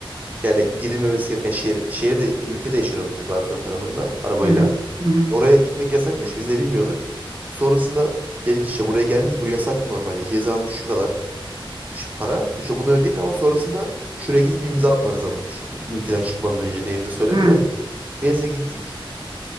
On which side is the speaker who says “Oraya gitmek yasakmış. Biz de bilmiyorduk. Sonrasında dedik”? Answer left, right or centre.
Right